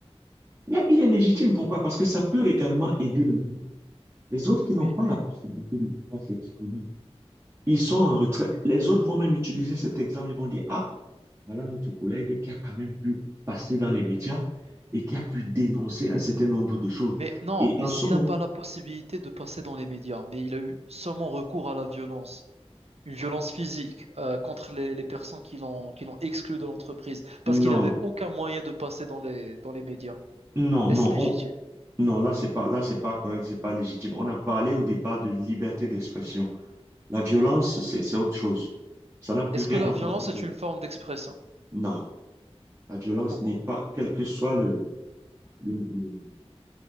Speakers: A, on the right; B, on the right.
A: Mais il est légitime, pourquoi? Parce que ça peut également aider les autres. Les autres qui n'ont
B: Oui, oui.
A: pas la possibilité de pouvoir s'exprimer. Ils sont en retrait. Les autres vont même utiliser cet exemple. Ils vont dire, ah, voilà notre collègue qui a quand même pu passer dans les médias et qui a pu dénoncer un certain nombre de choses.
B: Mais non,
A: Et
B: mais
A: en
B: s'il
A: ce moment,
B: n'a pas la possibilité de passer dans les médias, mais il a eu seulement recours à la violence, une violence physique euh, contre les, les personnes qui l'ont qui l'ont exclu de l'entreprise, parce qu'il
A: non,
B: n'avait aucun moyen de passer dans les dans les médias.
A: non,
B: Est-ce
A: non,
B: légitime?
A: on- non, là, c'est pas, là, c'est pas correct, c'est pas légitime. On a parlé au départ de liberté d'expression. La violence,
B: Oui.
A: c'est, c'est autre chose. Ça n'a plus
B: Est-ce
A: rien
B: que la
A: à
B: violence
A: voir avec
B: est
A: la-
B: une forme d'expression?
A: Non, la violence
B: Pourquoi?
A: n'est pas, quel que soit le, le, le-